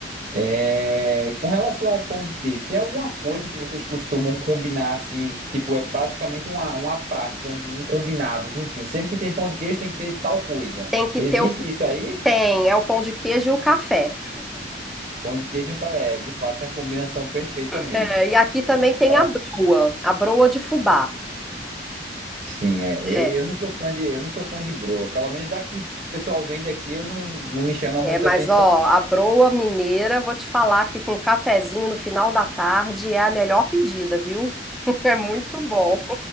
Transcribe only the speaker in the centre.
Tem que
ter o
tem, é o pão de queijo e o café.
É, e aqui também tem
a broa, a broa de fubá.
É,
é, mas
ó, a broa mineira, vou te falar que com um cafezinho no final da tarde é a melhor pedida, viu? <laughs> É muito bom,